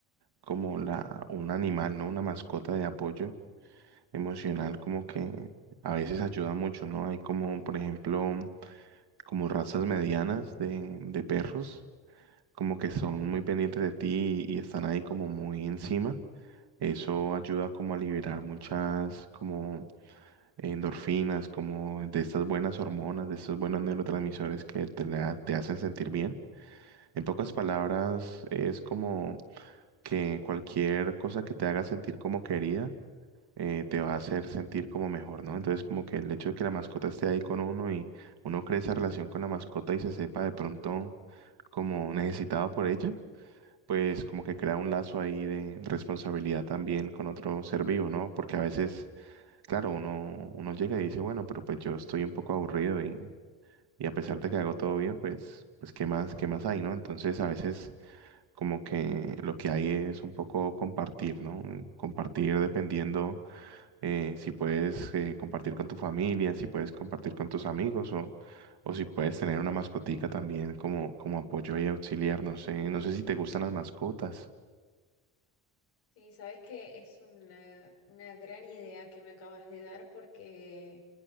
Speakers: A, on the right; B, on the left.
A: como la, un animal, ¿no? Una mascota de apoyo emocional, como que a veces ayuda mucho, ¿no? Hay como, por ejemplo, como razas medianas de, de perros. como que son muy pendientes de ti y, están ahí como muy encima. Eso ayuda como a liberar muchas como endorfinas, como de estas buenas hormonas, de estos buenos neurotransmisores que te, la- te hacen sentir bien. En pocas palabras, es como que cualquier cosa que te haga sentir como querida, eh, te va a hacer sentir como mejor, ¿no? Entonces, como que el hecho de que la mascota esté ahí con uno y uno cree esa relación con la mascota y se sepa de pronto como necesitado por ella pues como que crea un lazo ahí de responsabilidad también con otro ser vivo, ¿no? Porque a veces, claro, uno, uno llega y dice, bueno, pero pues yo estoy un poco aburrido y, y a pesar de que hago todo bien, pues, pues ¿qué más, qué más hay, ¿no? Entonces a veces como que lo que hay es un poco compartir, ¿no? Compartir dependiendo eh, si puedes eh, compartir con tu familia, si puedes compartir con tus amigos o, o si puedes tener una mascotica también como, como apoyo y auxiliar. No sé, no sé si te gustan las mascotas.
B: Sí, sabes que es una, una gran idea que me acabas de dar porque